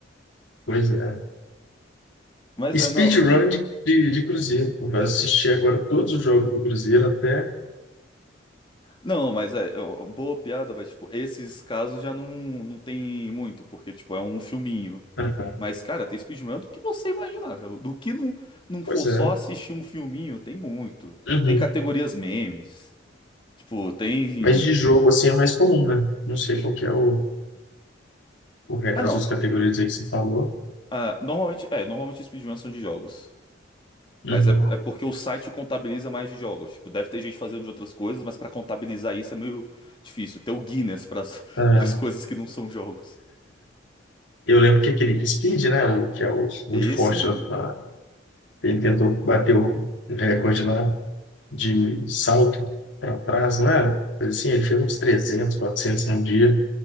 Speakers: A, on the left; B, on the left.
A: Pois é.
B: Mas
A: Speedrun
B: é, não.
A: de, de, de Cruzeiro. pô. Vai assistir agora todos os jogos do Cruzeiro até.
B: Não, mas é, é, ó, boa piada, mas, tipo, esses casos já não, não tem muito, porque, tipo, é um filminho.
A: Aham.
B: Mas, cara, tem speedrun do que você imaginar. Do que não, não for
A: Pois
B: só
A: é.
B: assistir um filminho, tem muito.
A: Uhum.
B: Tem categorias memes. Tipo, tem.
A: Mas de jogo assim é mais comum, né? Não sei qual que é o, o re-
B: Ah,
A: as
B: não.
A: outras categorias aí que você falou.
B: Ah, normalmente, é, normalmente speedruns são de jogos.
A: Uhum.
B: Mas é, é porque o site contabiliza mais de jogos. Tipo, deve ter gente fazendo de outras coisas, mas pra contabilizar isso é meio difícil. Ter o Guinness <laughs> pras
A: Ah,
B: as coisas que não são jogos.
A: eu lembro que aquele Speed, né? O, que é o
B: Esse
A: muito forte
B: mesmo.
A: lá. Ele tentou bater o recorde lá. de salto para trás, não era? Assim, ele fez uns 300 400 num dia,